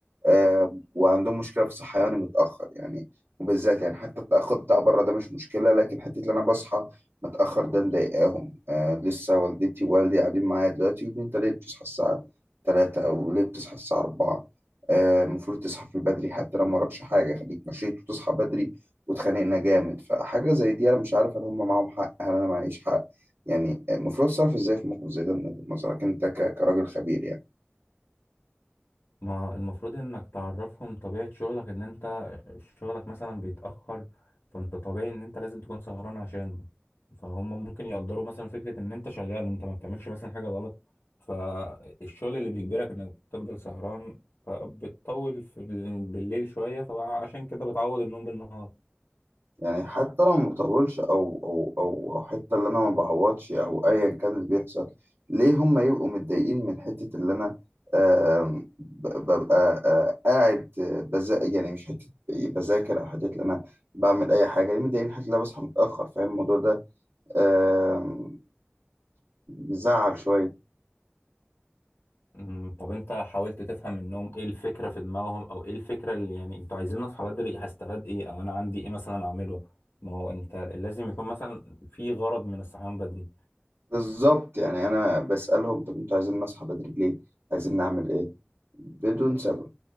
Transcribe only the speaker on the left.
ما المفروض انك تعرفهم طبيعة شغلك ان انت شغلك مثلا بيتأخر فانت طبيعي ان انت لازم تكون سهران عشانه فهم ممكن يقدروا مثلا فكرة ان انت شغال انت ما بتعملش مثلا حاجة غلط فالشغل اللي بيجبرك انك تفضل سهران فبتطول في ال- بالليل شوية فعشان كده بتعوض النوم بالنهار
مم، طب انت حاولت تفهم منهم ايه الفكرة في دماغهم او ايه الفكرة اللي يعني انتوا عايزين اصحى بدري هستفاد ايه او انا عندي ايه مثلا اعمله ما هو انت لازم يكون مثلا في غرض من الصحيان بدري